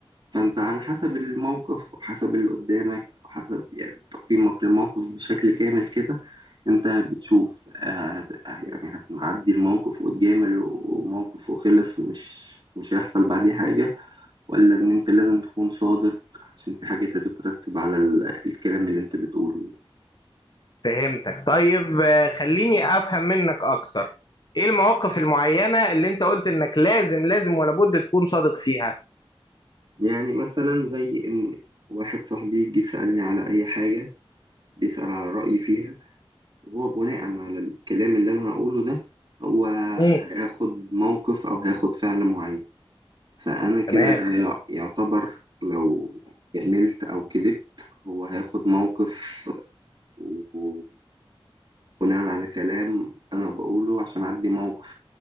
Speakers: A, on the right; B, on the left.
A: فانت على حسب الموقف وحسب اللي قدامك وحسب يعني تقييمك للموقف بشكل كامل كده انت بتشوف آه، هت- يعني هتعدي الموقف وتجامل وموقف وخلص مش مش هيحصل بعديه حاجة ولا ان انت لازم تكون صادق عشان في حاجات هتترتب على ال- الكلام اللي انت بتقوله ده.
B: فهمتك طيب آه، خليني افهم منك اكتر ايه المواقف المعينة اللي انت قلت انك لازم لازم ولا بد تكون صادق فيها
A: يعني مثلا زي ان واحد صاحبي جه سألني على اي حاجة بيسأل على رأيي فيها وهو بناء على الكلام اللي انا هقوله ده هو
B: مم.
A: هياخد موقف او هياخد فعل معين فانا كده
B: تمام
A: لا- يعتبر لو عملت او كذبت هو هياخد موقف وبناء على كلام انا بقوله عشان اعدي موقف